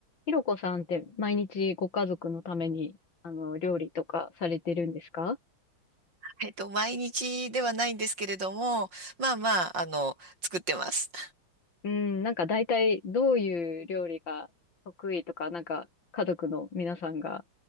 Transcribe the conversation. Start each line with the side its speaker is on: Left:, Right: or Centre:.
Left: ひろこさんって毎日ご家族のために、あの、料理とかされてるんですか
Right: えっと、毎日ではないんですけれども、まあまあ、あの、作ってます。
Left: うん、なんか大体どういう料理が得意とか、なんか家族の皆さんが